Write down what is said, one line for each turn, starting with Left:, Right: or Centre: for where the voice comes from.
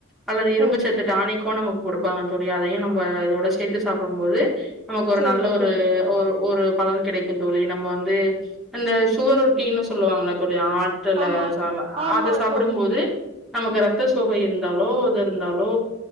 Centre: அல்லது இரும்புச்சத்து
Right: ம்
Centre: டானிக்கோ நமக்கு கொடு ப்பாங்க தோழி அதையு நம்ப இதோட சேத்து சாப்பிடும் போது. நமக்கு ஒரு
Right: சரிங்க
Centre: நல்ல ஒரு
Right: தோழி
Centre: ஒரு ஒரு பலன் கிடைக்கு தோழி நம்ம வந்து அந்த சுவரொட்டின்னு சொல்லுவாங்கள தோழி ஆட்டுல
Right: ஆமா
Centre: ச
Right: ஆமா
Centre: அத சாப்பிடும்போது
Right: தோழி
Centre: நமக்கு ரத்த சோக இருந்தாலோ இது இருந்தாலோ